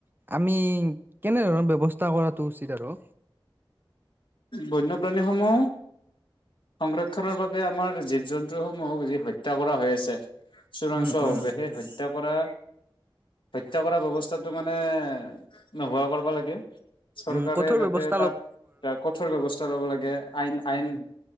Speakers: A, on the right; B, on the left.
A: আমি কেনে ধৰণৰ ব্যৱস্থা কৰাটো উচিত আৰু
B: বন্যপ্ৰাণীসমূহ সংৰক্ষণৰ বাবে তে আমাৰ জীৱ জন্তু সমূহ যি হত্যা কৰা হৈ আছে চোৰাংচোৱা
A: উম, উম,
B: হব সেই হত্যা কৰা হত্যা কৰা ব্যৱস্থাটো মানে নোহোৱা কৰবা লাগে চৰকাৰে
A: উম কঠোৰ
B: যাতে
A: ব্যৱস্
B: তাত কঠোৰ ব্যৱস্থা ল'ব লাগে আইন আইন
A: উম,